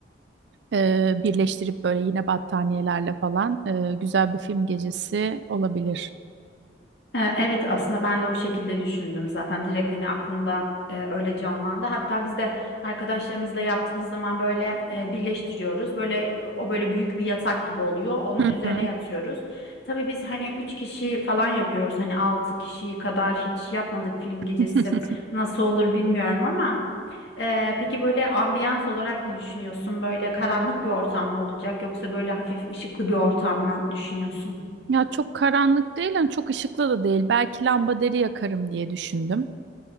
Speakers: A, on the right; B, on the left.
A: Ee, birleştirip böyle yine battaniyelerle falan e, güzel bir film gecesi olabilir.
B: Ee, Evet aslında ben de o şekilde düşündüm zaten direkt hani aklımda e, öyle canlandı. Hatta biz de arkadaşlarımızla yaptığımız zaman böyle e, birleştiriyoruz. Böyle o böyle büyük bir yatak gibi oluyor. Onun
A: Hı
B: üzerine
A: hı.
B: yatıyoruz. Tabii biz hani üç kişi falan yapıyoruz. Hani altı kişi kadar hiç yapmadık film gecesi.
A: <laughs>
B: Nasıl olur bilmiyorum ama e, peki böyle ambiyans olarak ne düşünüyorsun? Böyle karanlık bir ortam mı olacak yoksa böyle hafif ışıklı bir ortam mı düşünüyorsun?
A: Ya çok karanlık değil, hani çok ışıklı da değil. Belki deri yakarım diye düşündüm.